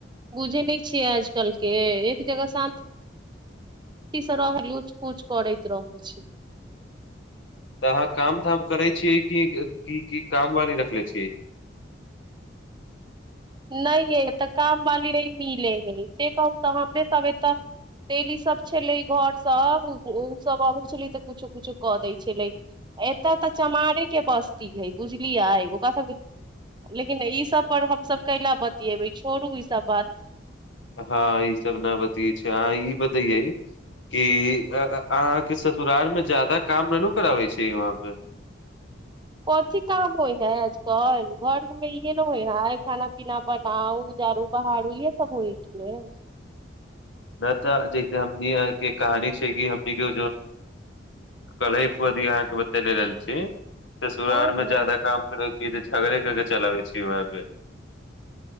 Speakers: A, on the right (about 25°); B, on the left (about 75°).
A: बुझे नहि छियै आजकल के एक जगह शान्ति से रह लूच फूच करैत रहै छै
B: तऽ अहाँ काम धाम करै छियै की की की कामवाली रखने छियै
A: नहि हे तऽ काम वाली नहि मिले हे से कहू तऽ हमरे सब एतऽ तेली सब छलै घर सब ओसभ अबै छलै तऽ कुछो कुछो कऽ दै छलै एतय तऽ चमारे के बस्ती हे बुझलियै ओकरा सब लेकिन ई सब पर हमसभ कैला बतिएबै छोड़ू ई सब बात
B: हँ ई सब ने बतिये छै अहाँ ई बतैे कि अहाँके ससुराल मे जादा काम नहि ने कराबै छै वहां पे
A: कथी काम होय है आजकल घरमे इहे ने होय है खाना पीना बनाउ झाड़ू बहारू इहे सब होय गेल
B: नहि तऽ जैसे हमनी के कहानी छै कि हम क अहाँके बतले रहल छी ससुराल
A: हँ
B: में
A: हँ
B: ज्यादा काम करे ई तऽ झगड़े कर के चलाबै छी वहाँ पे